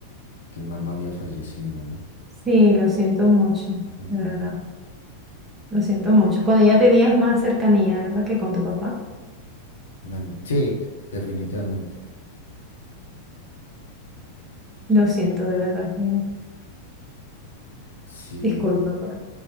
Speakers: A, on the left (about 70°); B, on the right (about 15°).
A: que mamá había fallecido, ¿no?
B: sí, lo siento mucho,
A: Ujú.
B: de verdad. Lo siento mucho. Con ella tenías más cercanía, ¿verdad? Que con tu papá.
A: Man- sí, definitivamente.
B: Lo siento, de verdad. que
A: Sí.
B: Disculpa por,